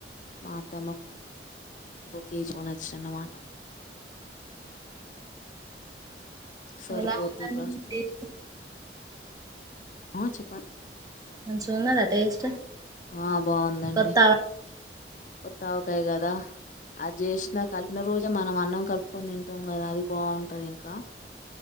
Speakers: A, on the left; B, on the right.
A: మా అత్తమ్మకో కేేజికోనిచ్చినన్నమాట సరిపోద్ది
B: ఎలా ఉందండి
A: ప్రస్తుతం
B: టేస్ట్
A: ఆ చెప్పండి
B: మంచిగున్నదా టేస్ట్
A: ఆ బావుందండి
B: కొత్త
A: కొత్తావకాయ కదా అది చేసిన కలిపిన రోజే మనం అన్నం కలుపుకొని తింటాం కదా అది బావుంటది ఇంకా